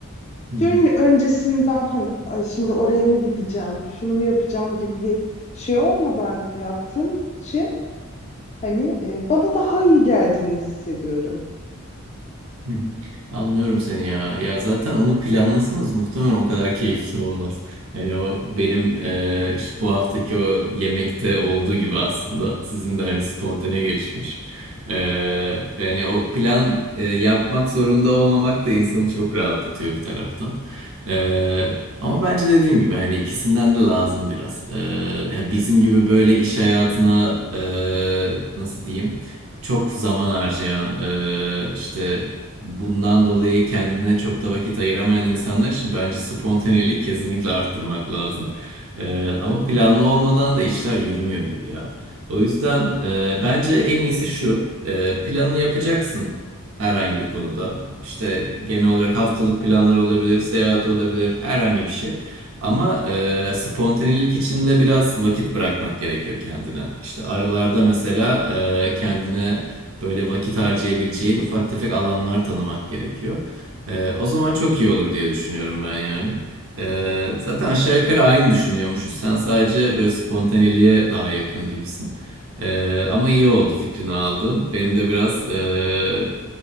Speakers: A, on the right; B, on the left.
A: hı hı.
B: Diyorum ya öncesinden hani "Ay, şimdi oraya mı gideceğim, şunu mu yapacağım gibi bir şey olmadan yaptığım için hani e, bana daha iyi geldiğini hissediyorum.
A: Hı hı. Anlıyorum seni ya. Ya zaten onu planlasanız muhtemelen o kadar <laughs> keyifli olmaz. Hani o benim e, işte bu haftaki o yemekte olduğu gibi aslında sizin de hani spontane gelişmiş. E, ve hani o plan e, yapmak zorunda olmamak da insanı çok rahatlatıyor bir taraftan. E, ama bence dediğim gibi hani ikisinden de lazım biraz. E, ya bizim gibi böyle iş hayatına e, nasıl diyeyim? çok zaman harcayan e, işte bundan dolayı kendine çok da vakit ayıramayan insanlar için bence spontaneliği kesinlikle arttırmak lazım. Ee, ama planlı olmadan da işler yürümüyor gibi ya. O yüzden e, bence en iyisi şu. e, planı yapacaksın herhangi bir konuda. İşte genel olarak haftalık planlar olabilir, seyahat olabilir, herhangi bir şey. Ama e, spontanelik içinde biraz vakit bırakmak gerekiyor kendine. İşte aralarda mesela e, kendine böyle vakit harcayabileceğin ufak tefek alanlar tanımak gerekiyor. Ee, o zaman çok iyi olur diye düşünüyorum ben yani. Ee, zaten aşağı yukarı aynı düşünüyormuşuz. Sen sadece böyle spontaneliğe daha yakın gibisin. Ee, ama iyi oldu fikrini aldım. Benim de biraz e,